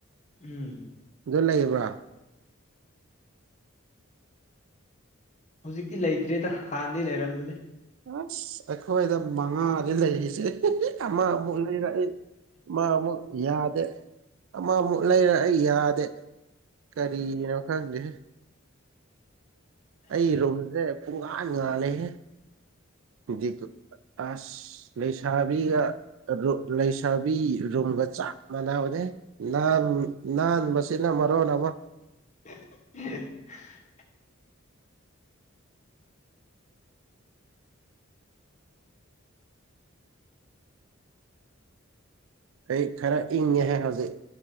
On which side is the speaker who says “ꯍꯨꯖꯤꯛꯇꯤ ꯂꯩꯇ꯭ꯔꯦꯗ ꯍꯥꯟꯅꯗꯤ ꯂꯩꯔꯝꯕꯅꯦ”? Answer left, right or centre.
Left